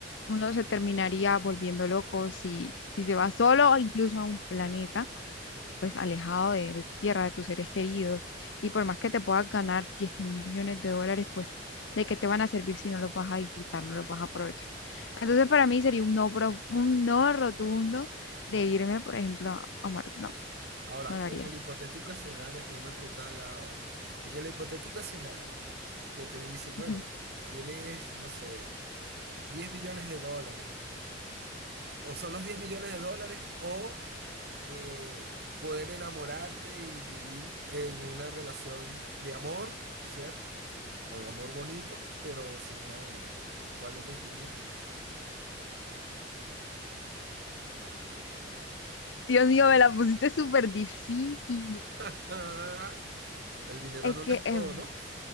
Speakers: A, on the left; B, on the right.
A: uno se terminaría volviendo loco si, si se va solo o incluso a un planeta pues alejado de, de tu tierra, de tus seres queridos. Y por más que te puedas ganar diez millones de dólares, pues ¿de qué te van a servir si no los vas a disfrutar, no los vas a aprovechar? Entonces para mí sería un no, pro- un no rotundo de
B: Mm.
A: irme, por ejemplo, a a Marte. No,
B: Ahora,
A: no lo
B: en
A: haría.
B: el hipotético escenario, esto es una pregunta ya- en el hipotético escenario que te dicen, bueno,
A: Ujú.
B: tienes, no sé, 10 millones de dólares. o son los 10 millones de dólares o eh, poder enamorarte y vivir en una relación de amor, ¿cierto? Un amor bonito, pero sin nada de dinero. ¿Cuál elegirías?
A: Dios mío, me la pusiste súper difícil.
B: <laughs> El dinero
A: Es
B: no
A: que
B: lo es todo,
A: es
B: ¿no?